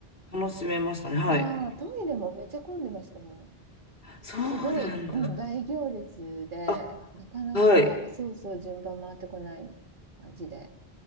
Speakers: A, on the left; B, on the right.
A: 楽しめましたね。はい。
B: あ、ああ、トイレもめちゃ混んでましたもん。
A: そうなんだ。
B: すごい、うん、大行列で、
A: あ、
B: なかなか、
A: はい。
B: そうそう、順番回ってこない感じで。